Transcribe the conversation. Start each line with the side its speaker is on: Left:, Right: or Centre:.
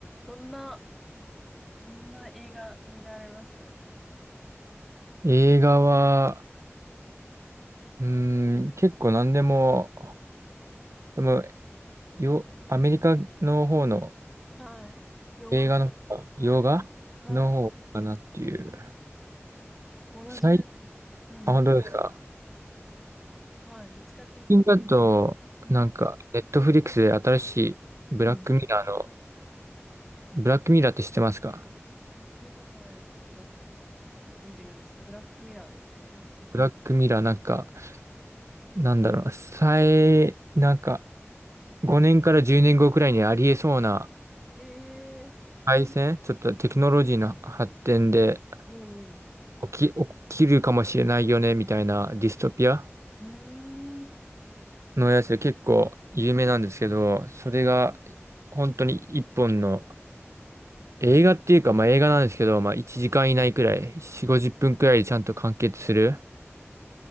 Centre: どんな、どんな映画見られます
Right: 映画は、うーん、結構何でも、でも、よ、アメリカの方の
Centre: はい、洋画、
Right: 映画の方が、
Centre: はい、
Right: 洋画の方かなっていう。
Centre: はい、同じですね。
Right: 最、
Centre: うん。
Right: あ、本当ですか。
Centre: はい、どっちかっていうと、
Right: 最近だと、
Centre: うん。
Right: なんか、ネットフリックスで新しいブラックミラーの、
Centre: うん。
Right: ブラックミラーって知ってますか
Centre: あ聞いたことないです。ちょっと待ってください。ちょっと見てみます。ブラックミラーですね。
Right: ブラックミラーなんか、なんだろうな、最、なんか、5年から10年後くらいにありえそうな、
Centre: へえ、
Right: 回線、ちょっとテクノロジーの発展で、
Centre: おう
Right: 起き、起きるかもしれないよね、みたいなディストピア
Centre: うーん。
Right: のやつで結構有名なんですけど、それが本当に一本の映画っていうか、まあ映画なんですけど、まあ1時間以内くらい、4、50分くらいでちゃんと完結する。